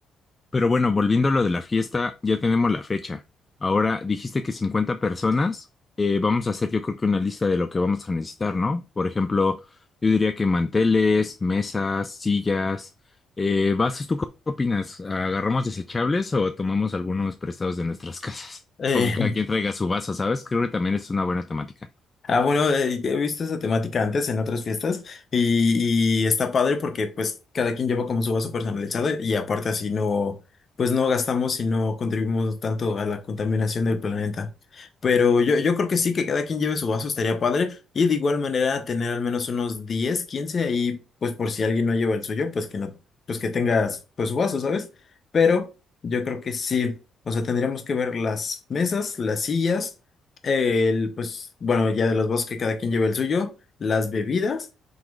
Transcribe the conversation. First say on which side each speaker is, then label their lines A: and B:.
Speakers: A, on the left; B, on the left.
A: Pero bueno, volviendo a lo de la fiesta, ya tenemos la fecha. Ahora dijiste que 50 personas, eh, vamos a hacer yo creo que una lista de lo que vamos a necesitar, ¿no? Por ejemplo, yo diría que manteles, mesas, sillas, eh, vasos, ¿tú qué opinas? ¿Agarramos desechables o tomamos algunos prestados de nuestras <laughs> casas?
B: Eh,
A: O que cada quien traiga su vaso, ¿sabes? Creo que también es una buena temática.
B: Ah, bueno, eh, he visto esa temática antes en otras fiestas y, y está padre porque pues cada quien lleva como su vaso personalizado y aparte así no, pues no gastamos y no contribuimos tanto a la contaminación del planeta. Pero yo, yo creo que sí, que cada quien lleve su vaso estaría padre y de igual manera tener al menos unos 10, 15 ahí, pues por si alguien no lleva el suyo, pues que no, pues que tengas pues su vaso, ¿sabes? Pero yo creo que sí, o sea, tendríamos que ver las mesas, las sillas. El, pues, bueno, ya de los vasos que cada quien lleva el suyo, las bebidas